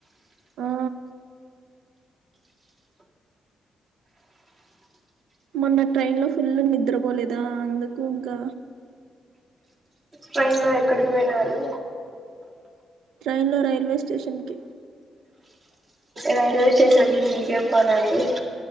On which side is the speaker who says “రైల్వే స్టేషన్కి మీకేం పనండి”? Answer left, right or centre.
Right